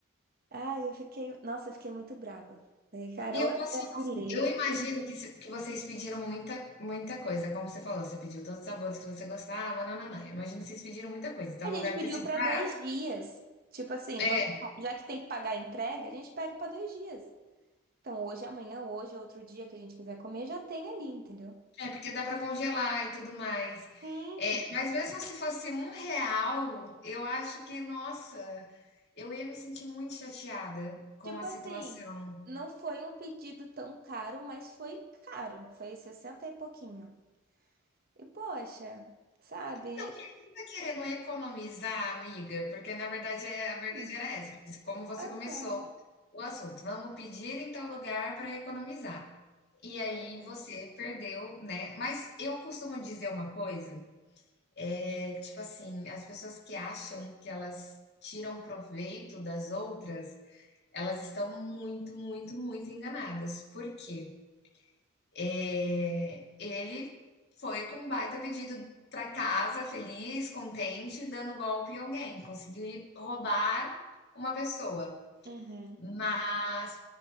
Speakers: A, on the right; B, on the left.
A: Ah, eu fiquei, nossa, eu fiquei muito brava. Falei, cara,
B: E
A: ou
B: eu
A: é
B: posso
A: brasileiro.
B: falar assim, eu imagino que, se- que vocês pediram muita, muita coisa, como você falou, você pediu todos os sabores que você gostava, nananã. Eu imagino que vocês pediram muita coisa, então
A: A gente
B: não deve
A: pediu
B: ter sido
A: para
B: barato.
A: dois dias. Tipo assim,
B: É,
A: vamos, já que tem que pagar a entrega, a gente pega para dois dias. Então, hoje, amanhã, hoje, outro dia que a gente quiser comer, já tem ali, entendeu?
B: é, porque dá para congelar e tudo mais.
A: Sim,
B: É, mas mesmo se fosse um real, eu acho que, nossa, eu ia me sentir muito chateada com
A: tipo
B: a situação.
A: assim, não foi um pedido tão caro, mas foi caro, foi 60 e pouquinho. E poxa, sabe?
B: Não, quem quem tá querendo economizar, amiga? Porque na verdade, é a verdade
A: Sim.
B: era essa, porque se- como você
A: Aham.
B: começou o assunto, vamos pedir em tal lugar para economizar. E aí
A: Pois é.
B: você perdeu, né? Mas eu costumo dizer uma coisa, é que, tipo assim, as pessoas que acham que elas tiram proveito das outras, elas estão muito, muito, muito enganadas. Por quê? É, ele foi com um baita pedido para casa, feliz, contente, dando golpe em alguém. Conseguiu ir roubar uma pessoa.
A: Uhum.
B: Mas